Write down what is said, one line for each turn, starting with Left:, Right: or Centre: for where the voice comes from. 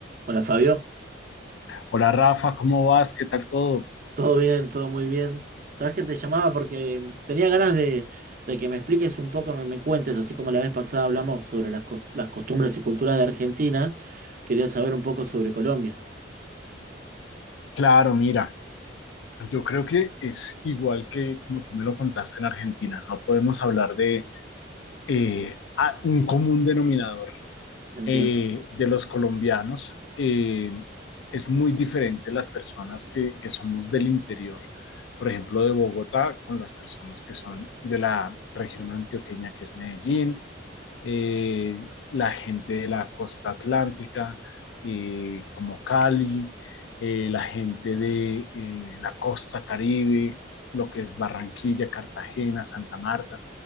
Right: Hola Fabio,
Left: Hola Rafa, ¿cómo vas? ¿Qué tal todo?
Right: todo bien, todo muy bien. Sabes que te llamaba porque tenía ganas de, de que me expliques un poco, me, me cuentes, así como la vez pasada hablamos sobre las, cos- las costumbres y culturas de Argentina, quería saber un poco sobre Colombia.
Left: Claro, mira, yo creo que es igual que como tú me lo contaste en Argentina, no podemos hablar de eh, a- un común denominador
Right: Entiendo,
Left: eh, de los colombianos. Eh, es muy diferente las personas que, que somos del interior, por ejemplo, de Bogotá, con las personas que son de la región antioqueña, que es Medellín eh, la gente de la costa atlántica, eh, como Cali, eh, la gente de eh, la costa Caribe, lo que es Barranquilla, Cartagena, Santa Marta,